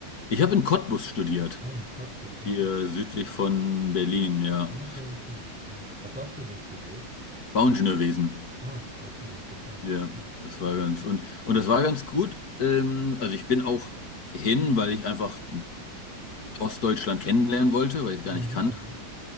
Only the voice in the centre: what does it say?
Ah, in Cottbus, okay.
Ah, Okay, okay, interessant. Was hast du denn studiert?
Ah, okay, interessant.
Cool.
Ja.
Mhm,
mhm.